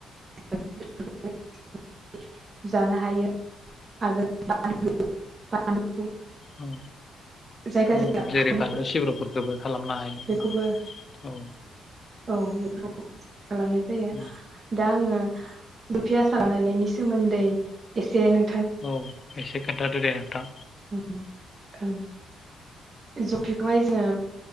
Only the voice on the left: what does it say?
औ
औ जेरै
बानलु सिब्रुफोरखौबो खालामनो हायो
औ औ।
औ
औ एसे खोन्थादो दे नोंथां।